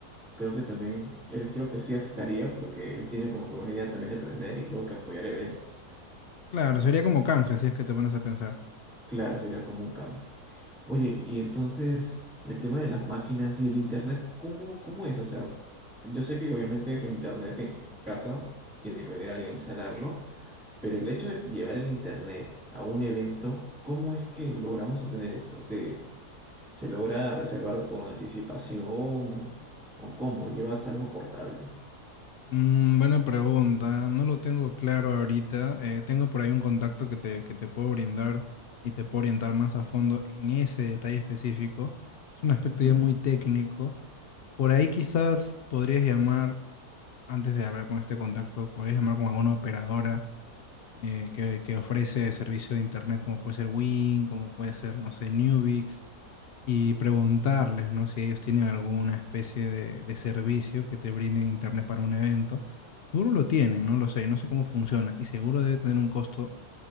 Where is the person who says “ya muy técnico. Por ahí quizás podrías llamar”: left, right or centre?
Left